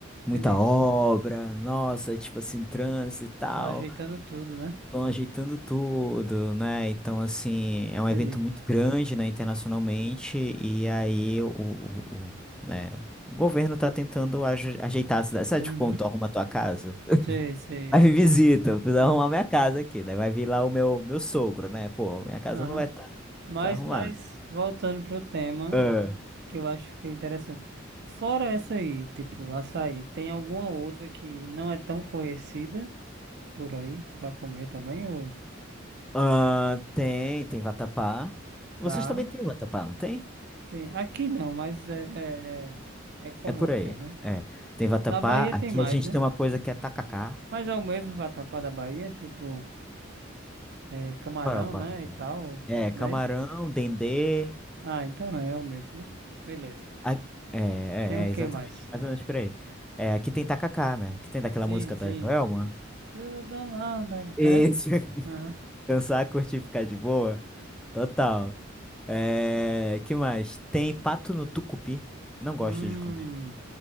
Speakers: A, in the centre; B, on the right (about 55°).
A: Muita
B: Entendi.
A: obra, nossa, tipo assim, trânsito e tal.
B: Estão ajeitando tudo, né?
A: Estão ajeitando tudo, né? Então, assim, é um
B: Entendi.
A: evento muito grande, né, internacionalmente. E aí, o, o, o, né, o governo tá tentando aje- ajeitar a cidade. Sabe,
B: Uhum.
A: tipo, quando tu arruma a tua casa?
B: Sei, sei,
A: Aí
B: é.
A: me visita, eu preciso
B: Aham,
A: arrumar minha casa aqui, né? Vai vir lá o meu, meu sogro, né? Pô, minha casa
B: aham.
A: não vai estar tá
B: Mas,
A: desarrumada.
B: mas, voltando pro tema.
A: É.
B: que eu acho que é interessante. Fora essa aí, tipo, açaí, tem alguma outra que não é tão conhecida por aí pra comer também? Ou
A: Ah, tem, tem Vatapá.
B: tá?
A: Vocês também têm Vatapá, não tem?
B: Tem... Aqui não, mas é, é, é, é comum
A: É por aí.
B: ter, né?
A: É. Tem vatapá.
B: Na Bahia
A: Aqui
B: tem mais,
A: a gente
B: né?
A: tem uma coisa que é tacacá.
B: Mas é o mesmo vatapá da Bahia, tipo, é, camarão,
A: Qual é o vatapá?
B: né? E tal,
A: É,
B: não
A: camarão,
B: é isso?
A: dendê.
B: Ah, então é, o mesmo, né? Beleza.
A: A- É, é,
B: Tem o que
A: é, exatamente.
B: mais?
A: Mais ou menos por aí. É, aqui tem tacacá, né? Que tem daquela
B: Sim,
A: música
B: sim.
A: da Joelma.
B: Eu vou tomar um, tá?
A: Isso.
B: É?
A: <laughs>
B: Aham.
A: Dançar, curtir, ficar de boa. Total. É, que mais? Tem pato no tucupi. Não gosto
B: Hum.
A: de comer.